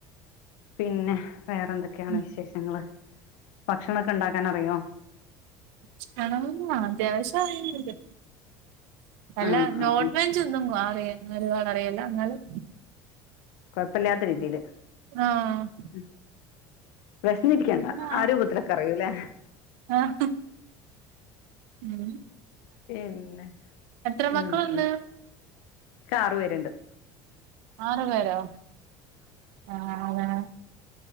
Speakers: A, on the left; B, on the right.
A: പിന്നെ വേറെ എന്തൊക്കെയാണ്
B: ഉം
A: വിശേഷങ്ങള് ഭക്ഷണൊക്കെ ണ്ടാക്കാനറിയോ
B: <unintelligible> അത്യാവശ്യം അറിയുന്നുണ്ട് അല്ല
A: ആഹ് ആഹ്
B: നോൺവെജ്
A: ആഹ്
B: വെജ്ജോന്നും അറി <unintelligible> അറിയില്ല ന്നാലും
A: കൊഴപ്പല്ല്യാത്ത രീതിയില്
B: ആഹ്
A: ഉം വിശന്നിരിക്കേണ്ട
B: ആഹ്
A: ആ രൂപത്തിലൊക്കെ അറിയൂല്ലേ
B: ആഹ് ഉം
A: പിന്നെ
B: എത്ര
A: ഉം
B: മക്കളുണ്ട്
A: ഉം ക്കാറ് പേര്ണ്ട്
B: ആറ് പേരോ ആഹ് ആണോ